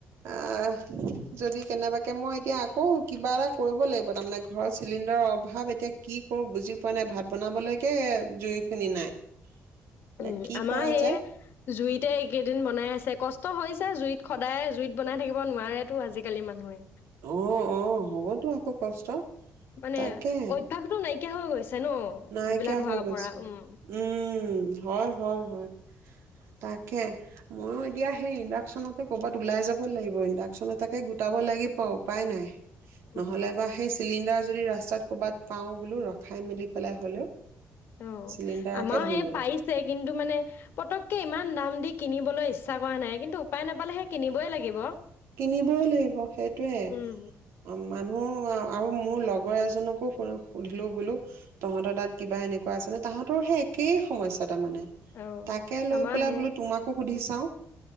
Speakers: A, on the right; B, on the left.
A: আহ যদি কেনেবাকে মই এতিয়া আকৌ কিবা এটা কৰিব লাগিব তাৰ মানে ঘৰত চিলিণ্ডাৰৰ অভাৱ এতিয়া কি কৰো বুজি পোৱা নাই ভাত বনাবলৈকে জুইখিনি নাই এ
B: উম,
A: কি
B: আমাৰ
A: কৰা
B: সেই
A: যায়
B: জুইতে এইকেইদিন বনাই আছে কষ্ট হৈছে জুইত সদায় জুইত বনাই থাকিব নোৱতো আজিকালি মানুহে
A: আহ অ হ'বতো আকৌ কষ্ট
B: মানে
A: তাকে
B: অভ্যাসটো নাইকিয়া হৈ গৈছে ন'
A: নাইকিয়া
B: এইবিলাক হোৱাৰ
A: হৈ গৈছে
B: পৰা উম,
A: উম হয় হয় হয় তাকে ময়ো এতিয়া সেই ইণ্ডাক্যনতে কৰ'বাত ওলাই যাব লাগিব ইণ্ডাকচন এটাকে গোটাব লাগিব উপায় নাই নহ'লে
B: উম।
A: বা সেই চিলিণ্ডাৰ যদি ৰাস্তাত ক'ৰবাত পাওঁ বোলো ৰখাই মেলি পেলা হ'লেও
B: অ
A: চিলিণ্ডাৰকে
B: আমাৰ
A: ধৰি
B: সেই
A: গ'লো
B: পাইছে কিন্তু মানে পতককে ইমান দাম দি কিনিবলৈ ইচ্ছা কৰা নাই কিন্তু উপায় নাপালেহে কিনিবই লাগিব
A: কিনিবও লাগিব সেইটয়ে
B: উম।
A: অ মানুহ আহ আৰু মোৰ লগৰ এজনকো শুনো সুধিলো বোলো তহঁতৰ তাত কিবা এনেকুৱা আছে নে তাহাঁতৰ সেই একেই সমস্যাত মানে
B: অ'
A: তাকে লৈ
B: আমাৰ
A: পেলাই
B: হে
A: বোলো তোমাকো সুধি চাওঁ